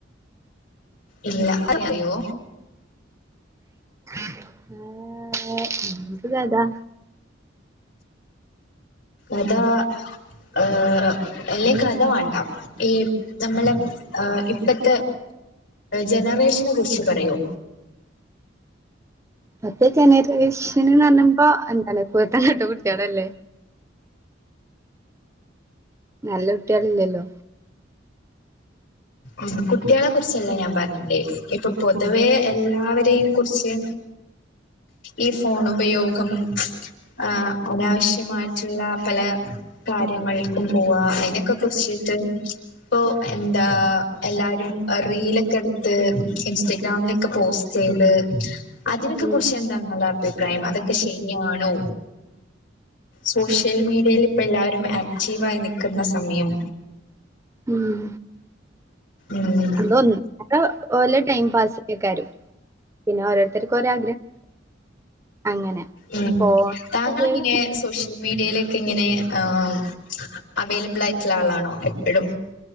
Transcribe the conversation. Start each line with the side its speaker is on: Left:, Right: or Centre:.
Left: ഇല്ല അ <unintelligible> അറിയോ
Right: ഏ ഹ് എന്ത് ത
Left: അതാ ആഹ് അല്ലേ കഥ വാണ്ട ഈ നമ്മള് ഏഹ് ഇപ്പത്തെ ജനറേഷനെ കുറിച്ച് പറയോ
Right: ഇപ്പത്തെ ജനറേഷന് പറയുമ്പോ എന്താണ് കുരുത്തം കെട്ട കുട്ടികളല്ലേ നല്ല കുട്ടികൾയില്ലല്ലോ
Left: ഉം കുട്ടികളെ കുറിച്ചെല്ലേ ഞാൻ പറഞ്ഞത് ഇപ്പൊ പൊതുവേ എല്ലാവരെയും കുറിച്ച് ഈ ഫോണുപയോഗം ആഹ് അനാവശ്യമായിട്ടുള്ള പല കാര്യങ്ങൾക്കും പോവാ അയിനെക്കെ കുറിച്ചിട്ട് ഇപ്പൊ എന്താ എല്ലാവരും റീയല് ക്കെട്ത്ത് ഇൻസ്റ്റഗ്രാമിലൊക്കെ പോസ്റ്റ് ചെയ്ത് അതിനൊക്കെ
Right: ഉം
Left: കുറിച്ച് എന്താ നിങ്ങളെ അഭിപ്രായം അതൊ ക്കെ ശരിയാണോ സോഷ്യൽ മീഡിയയിൽ ഇപ്പെല്ലാരും ആക്റ്റീവായി നിക്കന്ന സമയം
Right: ഉം
Left: ഉം
Right: അതൊന്ന് ഉഹ് ഓലെ ടൈംപാസുക്കാരും പിന്നെ ഓരോരുത്തർക്കും ഓരേ ആഗ്രഹം അങ്ങനെ
Left: ഉംഹ്
Right: ഫോണൊക്കെ
Left: താങ്കൾ
Right: ഉപയോഗിക്കും
Left: എങ്ങനെയാ സോഷ്യ മീഡിയയിലെക്കെ ഇങ്ങനെ ആഹ് അവൈലബിളായിട്ടുള്ള ആളാണോ എപ്പഴും